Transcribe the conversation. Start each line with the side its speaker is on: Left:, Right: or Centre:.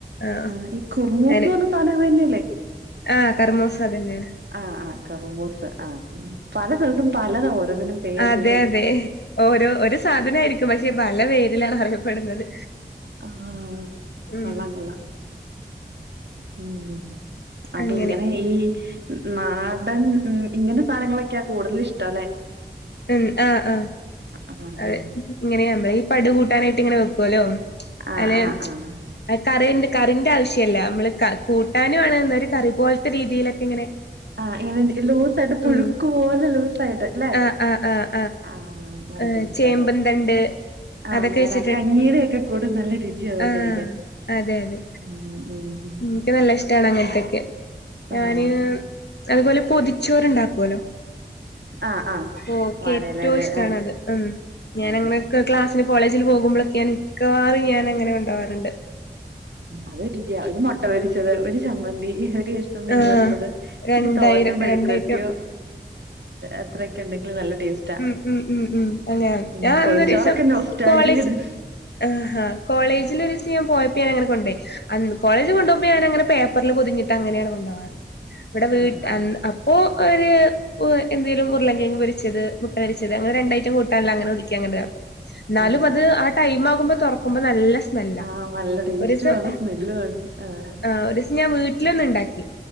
Left: ആഹ്
Right: ആ ഈ കുറുമൂസ്ന്ന്
Left: അനെ
Right: പറഞ്ഞ സാധനം ഇതു തന്നെയല്ലെ
Left: ആഹ് കർമോസ് അത് തന്നെയാണ്
Right: ആഹ് ആഹ് കർമൂസ് ആ പല സ്ഥലത്തും പലത ഓരോന്നിനും പേരല്ലേ
Left: അതെ അതെ ഓരോ ഒരു സാധന ആയിരിക്കും പക്ഷെ പല പേരിലാണ് അറിയപ്പെടുന്നത്
Right: ആഹ്
Left: ഉം
Right: കൊള്ളാം കൊള്ളാം ഉം അപ്പ
Left: അങ്ങനെ
Right: ഇങ്ങനെ ഈ നാടൻ ഉ ഇങ്ങനെ സാധനങ്ങളൊക്കെയാ കൂടുതൽ ഇഷ്ട അല്ലെ
Left: ഉം ആഹ് ആഹ്
Right: ആഹ്
Left: അതെ
Right: ആഹ്
Left: ഇങ്ങനെ നമ്മള ഈ പട കൂട്ടാനായിട്ട് ഇങ്ങനെ വെക്കുവല്ലോ
Right: ആഹ്
Left: അല്ലെ
Right: ആഹ് ആഹ്
Left: കറി കറിന്റെ ആവശ്യമല്ല നമ്മള് കൂട്ടാനും ആണ് എന്ത ഒരു കറി പോലത്തെ രീതിയിലൊക്കെ ഇങ്ങനെ
Right: ആഹ് ഇങ്ങനെ ലൂസ ആയിട്ട് പുഴുക്ക്
Left: ഉം
Right: പോലെ ലൂസ് ആയിട്ട് അല്ലെ
Left: ആഹ് ആഹ് ആഹ്
Right: ആഹ് നല്ല
Left: ആഹ്
Right: ടേസ്റ്റ്
Left: ചേമ്പന്തണ്ട്
Right: ആത് ആ
Left: അതൊക്കെ
Right: നേര
Left: വെച്ചിട്ട്
Right: കഞ്ഞീടൊക്കെ കൂടെ നല്ല രുചിയാഅത്കഴിക്കാൻ
Left: ആഹ് അതെ അതെ
Right: ഉം ഉം
Left: എനിക്ക് നല്ല ഇഷ്ടമാണ് അങ്ങനത്തേ ഒക്കെ ഞാന്
Right: ആഹ്
Left: അതുപോലെ പൊതിച്ചോരുണ്ടാക്കുവല്ലോ
Right: ആഹ് ആഹ്
Left: ഓൾക്ക്
Right: വാഴയിലേല്
Left: ഏറ്റവും ഇഷ്ടണത്
Right: ആഹ്
Left: ഉം ഞാനങ്ങനെ
Right: ആഹ്
Left: ക്ലാസ്സിന് കോളേജിൽ പോകുമ്പോഴൊക്കെ ഞൻ മിക്കവാറും ഞാൻ അങ്ങനെ കൊണ്ടുപോവാറുണ്ട്
Right: അതുരുചിയ ഒരു മുട്ട പൊരിച്ചത് ഒരു ചമ്മന്തി ഒരു കഷ്ണം മീൻ
Left: ആഹ്
Right: വറുത്തത് ഇച്ചിരി
Left: രണ്ടായിരം
Right: തോരനോ മെഴുക്കു
Left: രണ്ടൈറ്റം
Right: വരട്ടിയോ അത്രയൊക്കെ ഉണ്ടെങ്കിലും നല്ല ടേസ്റ്റാ
Left: ഉം ഉം ഉം ഉം അങ്ങനെ
Right: ഉ
Left: ഞാൻ
Right: പൊതി
Left: അന്നൊരീസം
Right: ച്ചോറൊക്കെ നൊസ്റ്റാൾജിയാണ്
Left: കോളേജ് ആഹാ കോളേജിൽ ഒരു ദിവസം പോയപ്പോ ഞാൻ അങ്ങനെ കൊണ്ടോയി കോളജ് കൊണ്ടപ പോകോ ഞാന അങ്ങനെ പേപ്പറിൽ പൊതിട്ട് അങ്ങനെയാണ് കൊണ്ടപ പോകാറ്. ഇവിടെ വീട്
Right: ആഹ് ആഹ്
Left: അൻ അപ്പോ ഒരു എന്തേലും ഉരുളകിഴങ്ങ് പൊരിച്ചത് ച്ചത് അങ്ങനെ നെ രണ്ടയിറ്റം കൂട്ടാനില അങ്ങനെ ഒതുക്കി അങ്ങനതാവുന്നാലും
Right: ആഹ്
Left: അത്
Right: ആഹ് ആഹ്
Left: ആ ടൈം ആകുമ്പോ തുറക്കുമ്പോ നല്ല സ്മെ മല്ല
Right: ആഹ് നല്ല ടേസ്റ്റും
Left: ഒരു സം
Right: ആണ് സ്മെല്ലും ആണ് ആഹ്
Left: ആ ഒരുസം ഞാൻ വീട്ടിലൊന്ന് ഉണ്ടാക്കി.